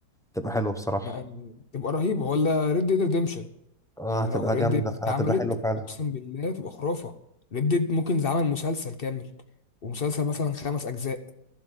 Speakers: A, in the centre; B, on the left (about 40°).
A: تبقى حلوة بصراحة
B: يعني تبقى رهيبه ولا ريد ديد ريديمشن
A: آه،
B: يعني
A: هتبقى
B: لو ريد
A: جامدة
B: ديد اتعملت
A: هتبقى حلوة فعلا
B: اقسم بالله تبقى خرافه ريد ديد ممكن يتعمل مسلسل كامل ومسلسل مثلا خمس اجزاء